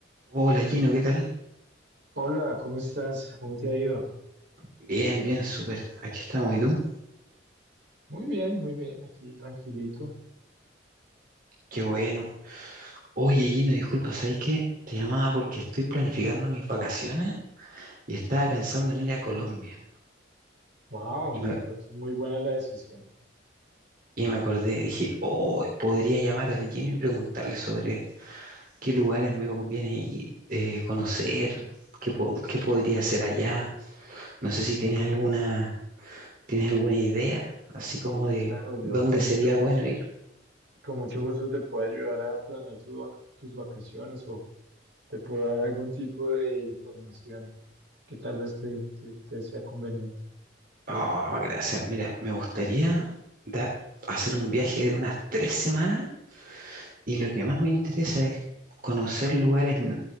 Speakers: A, on the right; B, on the right.
A: Hola Gino, ¿qué tal?
B: Hola, ¿cómo estás? ¿Cómo te ha ido?
A: Bien, bien, súper. Aquí estamos, ¿y tú?
B: Muy bien, muy bien, aquí tranquilito.
A: Qué bueno. Oye Gino, disculpa, ¿sabes qué? Te llamaba porque estoy planificando mis vacaciones y estaba pensando en ir a Colombia.
B: Wow,
A: Y me,
B: me parece muy buena la decisión.
A: y me acordé, dije, oh, podría llamar al Gino y preguntarle sobre qué lugares me conviene ir, eh, conocer, qué, po- qué podría hacer allá. No sé si tienes alguna, tienes alguna idea, así
B: Sí,
A: como de
B: claro, yo
A: dónde
B: con
A: sería
B: mucho gusto,
A: bueno ir.
B: con mucho gusto te puedo ayudar a planear tu vac- tus vacaciones o te puedo dar algún tipo de información que tal vez te, te- te sea conveniente.
A: Oh, gracias. Mira, me gustaría dar- hacer un viaje de unas tres semanas y lo que más me interesa es conocer lugares n-